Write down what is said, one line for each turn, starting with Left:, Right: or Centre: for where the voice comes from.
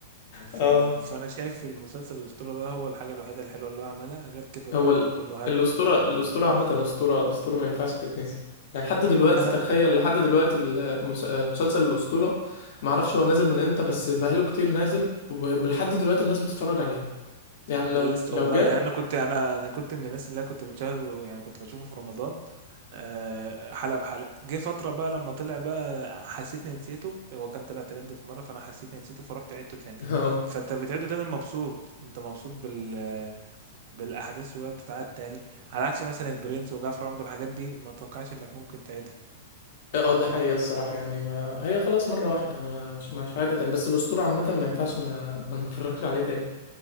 Right: ف...
Left: اه
Right: فانا شايف المسلسل الاسطوره ده هو الحاجه الوحيده الحلوه اللي هو عملها غير كده بقى
Left: هو ال...
Right: كان كله هبد
Left: الاسطورة الاسطورة
Right: و...
Left: عامة اسطورة اسطورة ما ينفعش تتنسي يعني لحد دلوقتي
Right: لا لا
Left: تخيل
Right: لا
Left: لحد دلوقتي المس... مسلسل الاسطورة ما اعرفش هو نازل من امتى بس بقاله كتير نازل و... ولحد دلوقتي الناس بتتفرج عليه يعني
Right: انا
Left: لو
Right: لسه
Left: لو
Right: والله
Left: جه
Right: يعني انا كنت انا انا كنت من الناس اللي أنا كنت بتشاهده يعني كنت بشوفه في رمضان آه، حلقه بحلقه جه فتره بقى لما طلع بقى حسيتني نسيته هو كان طلع ترند في مره فانا حسيتني نسيته فرحت عدته تاني
Left: <laughs> اه
Right: فانت بتعيده تاني مبسوط انت مبسوط بال بالاحداث وهي بتتعاد تاني على عكس مثلا البرنس وجعفر العمدة الحاجات دي ما توقعش انك ممكن تعيدها
Left: اه آه، ده حقيقة الصراحة يعني ما هي خلاص مرة واحدة مش مش عادة تاني بس الأسطورة عامة ما ينفعش ما ما نتفرجش عليه تاني